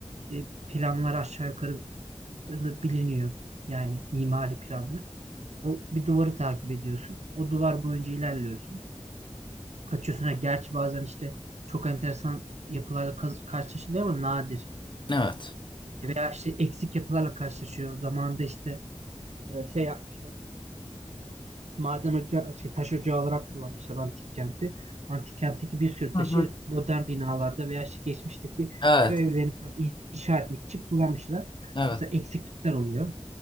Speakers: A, on the right; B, on the left.
A: e, planlar aşağı yukarı biliniyor. Yani mimari planlar. O bir duvarı takip ediyorsun. O duvar boyunca ilerliyorsun. Açıyorsun. Ha, gerçi bazen işte çok enteresan yapılarla kaz- karşılaşılıyor ama nadir.
B: Evet.
A: Veya işte eksik yapılarla karşılaşıyor. Zamanında işte e, şey yapmışlar. maden ocağı, şey, taş ocağı olarak kullanmışlar antik kenti. Antik kentteki bir sürü
B: Hı
A: taşı
B: hı.
A: modern binalarda veya işte geçmişteki
B: Evet.
A: köy evlerini falan inşa etmek için kullanmışlar.
B: Evet.
A: Mesela eksiklikler oluyor.